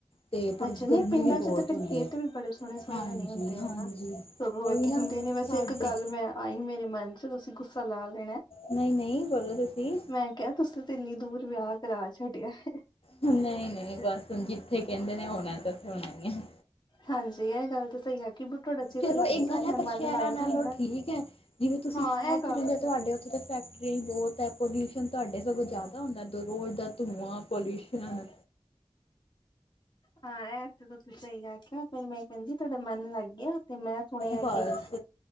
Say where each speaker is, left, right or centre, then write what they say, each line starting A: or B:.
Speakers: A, on the left; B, on the left.
A: ਤੇ ਪਰ
B: ਅੱਛਾ ਨਹੀਂ
A: ਗਰਮੀ
B: ਪਿੰਡਾਂ
A: ਵੀ
B: ਚ
A: ਬਹੁਤ
B: ਤਾਂ ਫੇਿਰ
A: ਹੁੰਦੀ
B: ਖੇਤ
A: ਹੈ
B: ਵੀ ਬੜੇ ਸੋਹਣੇ -ਸੋਹਣੇ
A: ਹਾਂਜੀ
B: ਬਣੇ ਹੁੰਦੇ
A: ਹਾਂਜੀ
B: ਨੇ, ਨਾ ਸਗਵੇ
A: ਉਹੀ
B: ਕਹਿੰਦੇ
A: ਨਾ
B: ਵੈਸੇ
A: ਸਾਡੇ
B: ਇੱਕ ਗੱਲ ਮੈਂ ਆਈ ਮੇਰੇ ਮਨ ਚ ਤੁਸੀਂ ਕੁੁਸਾਲਾਲ
A: ਨਹੀਂ ਨਹੀਂ ਬੋਲੋ ਤੁਸੀਂ
B: ਮੈਂ ਕਿਹਾ ਤੁਸੀਂ ਤੇ ਇੰਨੀ ਦੂਰ ਵਿਆਹ ਡਰਾ ਛੱਡਿਆ ਹੈ।
A: ਨਹੀਂ ਨਹੀਂ ਬਸ ਹੁਣ ਜਿੱਥੇ ਕਹਿੰਦੇ ਨੇ ਹੋਣਾ ਤੇ ਉੱਥੇ ਹੋਣਾ ਹੀ ਹੈ।
B: ਹਾਂਜੀ ਇਹ ਗੱਲ ਤਾਂ ਸਹੀ ਆ ਕਿ ਤੁਹਾਡਾ ਚਿੱਤ
A: ਚਲੋ
B: ਲੱਗ
A: ਇਕ
B: ਜਾਂਦਾ
A: ਗੱਲ ਹੈ,
B: ਮਨ
A: ਪਰ ਸ਼ਹਿਰਾਂ
B: ਲੱਗ
A: ਨਾਲੋ
B: ਜਾਂਦਾ
A: ਠੀਕ ਹੈ। ਜਿਵੇਂ ਤੁਸੀਂ
B: ਹਾਂ
A: ਸ਼ਹਿਰ
B: ਇਹ
A: ਚ
B: ਗੱਲ
A: ਰਹਿੰਦੇ
B: ਤੁਸੀਂ
A: ਹੋ ਤੁਹਾਡੇ
B: ਸਹੀ
A: ਉੱਥੇ ਤਾਂ ਫੈਕਟਰੀਆਂ ਹੀ ਬਹੁਤ ਹੈ ਪੋਲਿਊਸ਼ਨ ਤੁਹਾਡੇ ੳਥੇ ਕੁਛ ਜ਼ਿਆਦਾ ਹੁੰਦਾ ਹੈ। ਰੋਜ਼ ਦਾ ਧੂੰਆਂ ਪੋਲਿਊਸ਼ਨ।
B: ਹਾਂ ਇਹ ਤੁਸੀਂ ਸਹੀ ਆਖਿਆ। ਪਰ ਮੈਂ ਏਹ ਕਹਿੰਦੀ ਤੁਹਾਡਾ ਮਨ ਲੱਗ ਗਿਆ। ਗਿਆ ਮੈਂ ਸੁਣਿਆ
A: ਬਸ
B: ਕਿ